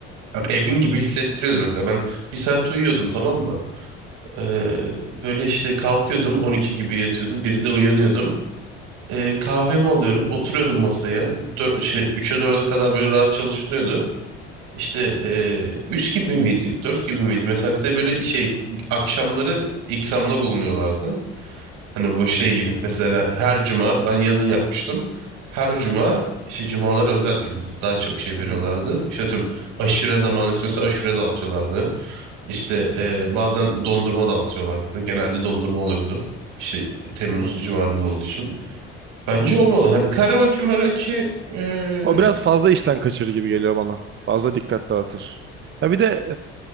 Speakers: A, on the right; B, on the right.
A: Yani evin gibi hissettiriyordu mesela. Ben bir saat uyuyordum tamam mı? Ee, böyle işte kalkıyordum 12 gibi yatıyordum 1'de uyanıyordum. Ee, kahvemi alıyordum oturuyordum masaya. Dö- şey, 3'e 4'e kadar böyle rahat çalışılıyordu. İşte ee, 3 gibi miydi 4 gibi miydi? Mesela bir de böyle şey akşamları ikramda bulunuyorlardı. Hani bu şey gibi mesela her cuma ben yazın yapmıştım. Her cuma işte cumalar özel gündü. Daha çok şey veriyorlardı.
B: Hı hı.
A: İşte tüm aşure zamanı mesela aşure dağıtıyorlardı. İşte e, bazen dondurma dağıtıyorlardı. Genelde dondurma oluyordu. İşte Temmuz
B: Hı hı.
A: civarında olduğu için. Bence olmalı. Hani karaoke maraoke e,
B: O biraz fazla işten kaçırır gibi geliyor bana. Fazla dikkat dağıtır. Ha bir de